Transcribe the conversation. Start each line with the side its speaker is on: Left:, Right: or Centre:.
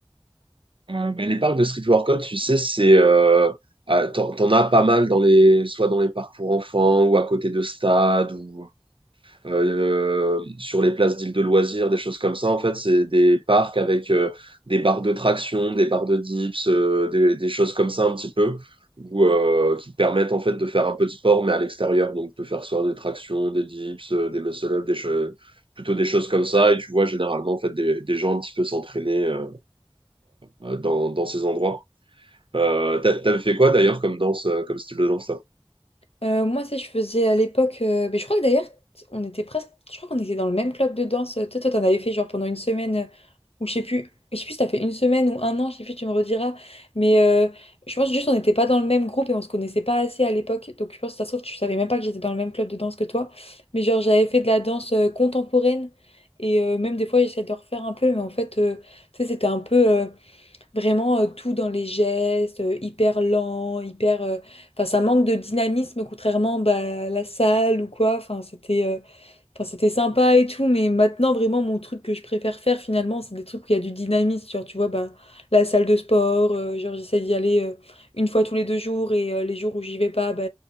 Right: Euh, Mais les parcs de street workout, tu sais, c'est euh, ah, t'en, t'en as pas mal dans les, soit dans les parcs pour enfants ou à côté de stades ou euh, sur les places d'îles de loisirs, des choses comme ça. En fait, c'est des parcs avec euh, des barres de traction, des barres de dips, euh, des, des choses comme ça un petit peu, ou euh, qui te permettent en fait de faire un peu de sport mais à l'extérieur, donc de faire soit des tractions, des dips, euh, des muscle-ups, des che- plutôt des choses comme ça. Et tu vois généralement en fait des, des gens un petit peu s'entraîner euh, euh, dans, dans ces endroits. Euh, t'a- t'avais fait quoi d'ailleurs comme danse, euh, comme style de danse là?
Left: Euh, moi, si je faisais à l'époque, euh, mais je crois que d'ailleurs, t- on était presque, je crois qu'on était dans le même club de danse. Euh, Toi, toi, t'en avais fait genre pendant une semaine, euh, ou je sais plus, je sais plus si t'as fait une semaine ou un an, je sais plus, tu me rediras. Mais euh, je pense juste on n'était pas dans le même groupe et on se connaissait pas assez à l'époque. Donc je pense que ça se trouve, tu savais même pas que j'étais dans le même club de danse que toi. Mais genre, j'avais fait de la danse euh, contemporaine et euh, même des fois, j'essayais de le refaire un peu, mais en fait, euh, tu sais, c'était un peu. euh, Vraiment, euh, tout dans les gestes, euh, hyper lent, hyper... euh, Enfin, ça manque de dynamisme, contrairement bah, à la salle ou quoi. Enfin, c'était... euh, Enfin, c'était sympa et tout, mais maintenant, vraiment, mon truc que je préfère faire, finalement, c'est des trucs où il y a du dynamisme. Genre, tu vois, bah, la salle de sport, euh, genre, j'essaie d'y aller euh, une fois tous les deux jours et euh, les jours où j'y vais pas, bah,